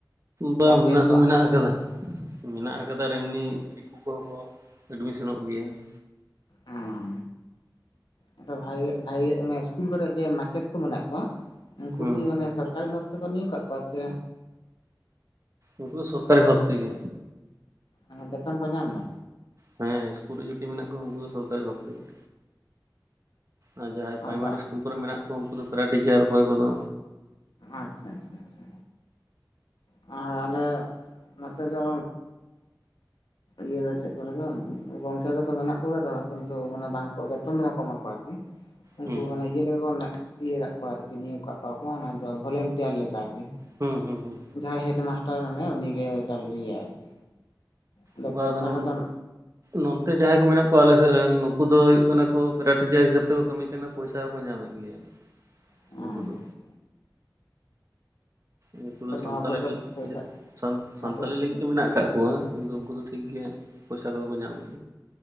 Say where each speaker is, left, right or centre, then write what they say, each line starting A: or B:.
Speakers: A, on the right; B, on the left.
A: ᱵᱟᱝ
B: ᱜᱟᱨᱡᱮᱱ
A: ᱢᱮᱱᱟᱜ
B: ᱠᱚᱣᱟᱜ
A: ᱫᱚ ᱢᱮᱱᱟᱜ ᱟᱠᱟᱫᱟ ᱾ ᱢᱮᱱᱟᱜ ᱟᱠᱟᱫᱟ ᱟᱨ ᱮᱢᱱᱤ ᱫᱤᱠᱩ ᱠᱚ ᱠᱚ ᱮᱰᱢᱤᱥᱚᱱᱚᱜ ᱜᱮᱭᱟ ᱾
B: ᱦᱩᱸ ᱟᱫᱚ ᱵᱷᱟᱜᱤ ᱵᱷᱟᱜᱤ <inaudible> ᱤᱥᱠᱩᱞ ᱠᱚᱨᱮ ᱡᱮ ᱢᱟᱪᱮᱛ ᱠᱚ ᱢᱮᱱᱟᱜ ᱠᱚᱣᱟ ᱩᱱᱠᱩ
A: ᱦᱩᱸ
B: ᱠᱤ ᱢᱟᱱᱮ ᱥᱚᱨᱠᱟᱨᱤ ᱵᱷᱟᱵ ᱛᱮᱠᱚ ᱱᱤᱭᱳᱜ ᱠᱟᱜ ᱠᱚᱣᱟ ᱪᱮ
A: ᱩᱱᱠᱩ ᱫᱚ ᱥᱚᱨᱠᱟᱨᱤ ᱵᱷᱟᱵ ᱛᱮᱜᱮ᱾
B: ᱟᱨ ᱵᱮᱛᱚᱱ ᱠᱚ ᱧᱟᱢ ᱫᱟ?
A: ᱦᱮᱸ ᱤᱥᱠᱩᱞ ᱨᱮ ᱡᱩᱴᱤ ᱢᱮᱱᱟᱜ ᱠᱚᱣᱟ ᱩᱱᱠᱩ ᱫᱚ ᱥᱚᱨᱠᱟᱨᱤ ᱵᱷᱟᱵ ᱛᱮᱜᱮ᱾ ᱟᱨ ᱡᱟᱦᱟᱸᱭ
B: ᱟᱫᱚ
A: ᱯᱨᱟᱭ-ᱢᱟᱨᱤ ᱤᱥᱠᱩᱞ ᱠᱚᱨᱮ ᱢᱮᱱᱟᱜ ᱠᱚᱣᱟ ᱩᱱᱠᱩ ᱫᱚ ᱯᱮᱨᱟ ᱴᱤᱪᱟᱨ ᱚᱠᱚᱭ ᱠᱚᱫᱚ
B: ᱟᱪᱪᱷᱟ, ᱟᱪᱪᱷᱟ, ᱟᱨ ᱟᱞᱮ ᱱᱚᱛᱮ ᱫᱚ ᱤᱭᱟᱹ ᱫᱚ ᱪᱮᱫ ᱠᱚᱨᱮ ᱫᱚ ᱜᱚᱝᱠᱮ ᱠᱚᱫᱚ ᱢᱮᱱᱟᱜ ᱠᱚᱜ ᱨᱮᱦᱚᱸ ᱠᱤᱱᱛᱩ ᱢᱟᱱᱮ ᱵᱟᱝ ᱠᱚ ᱵᱮᱛᱚᱱ ᱫᱚ ᱵᱟᱝᱠᱚ ᱮᱢᱟ ᱠᱚᱣᱟ ᱟᱨᱠᱤ᱾ ᱩᱱᱠᱩ
A: ᱦᱩᱸ
B: ᱢᱟᱱᱮ ᱤᱭᱟᱹ ᱞᱮᱠᱟ ᱠᱚ ᱤᱭᱟᱹ ᱠᱟᱜ ᱠᱚᱣᱟ ᱟᱨᱠᱤ ᱱᱤᱭᱳᱜ ᱠᱟᱜ ᱠᱚᱣᱟ ᱠᱚ ᱚᱱᱟ ᱫᱚ ᱵᱷᱚᱞᱮᱱᱴᱤᱭᱟᱨ ᱞᱮᱠᱟ ᱟᱨᱠᱤ᱾
A: ᱦᱩᱸ ᱦᱩᱸ ᱦᱩᱸ
B: ᱡᱟᱦᱟᱸᱭ ᱦᱮᱰ ᱢᱟᱥᱴᱟᱨ ᱢᱮᱱᱟᱭᱟ ᱩᱱᱤ ᱜᱮ ᱪᱟᱹᱞᱩᱭᱟ ᱟᱨᱠᱤ᱾ ᱟᱫᱚ
A: <unintelligible>
B: ᱯᱚᱭᱥᱟ ᱠᱚᱫᱚ
A: ᱱᱚᱱ ᱛᱮ ᱡᱟᱦᱟᱸᱭ ᱠᱚ ᱢᱮᱱᱟᱜ ᱠᱚᱣᱟ ᱟᱞᱮ ᱥᱮᱫ ᱨᱮᱱ ᱱᱩᱠᱩ ᱫᱚ ᱦᱩᱭᱩᱜ ᱠᱟᱱᱟ ᱠᱚ ᱯᱮᱨᱟ ᱴᱤᱪᱟᱨ ᱦᱤᱥᱟᱹᱵ ᱛᱮᱠᱚ ᱠᱟᱹᱢᱤ ᱠᱟᱱᱟ ᱯᱚᱭᱥᱟ ᱠᱚ ᱠᱚ ᱧᱟᱢᱮᱫ ᱜᱮᱭᱟ᱾
B: ᱦᱮᱸ
A: ᱩᱱᱠᱩ ᱫᱚ ᱱᱩᱠᱩ ᱫᱚ ᱥᱟᱱᱛᱟᱞᱤ
B: ᱱᱚᱣᱟ ᱠᱚᱨᱮ
A: <unintelligible>
B: ᱫᱚ ᱯᱚᱭᱥᱟ
A: ᱥᱟᱱᱛᱟᱞᱤ
B: ᱱᱚᱛᱮ
A: ᱞᱟᱹᱜᱤᱫ ᱜᱮ ᱢᱮᱱᱟᱜ ᱟᱠᱟᱫ ᱠᱚᱣᱟ᱾ ᱠᱤᱱᱛᱩ ᱩᱱᱠᱩ ᱫᱚ ᱴᱷᱤᱠ ᱜᱮ ᱯᱚᱭᱥᱟ ᱠᱚᱫᱚ ᱠᱚ ᱧᱟᱢᱮᱫ